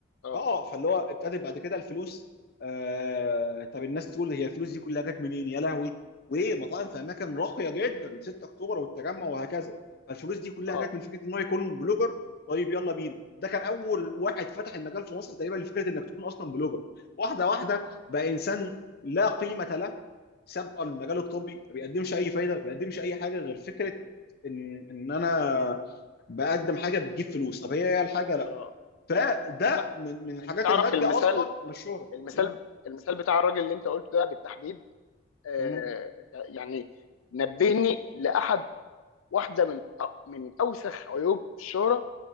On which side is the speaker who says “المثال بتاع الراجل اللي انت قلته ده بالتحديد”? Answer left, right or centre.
Left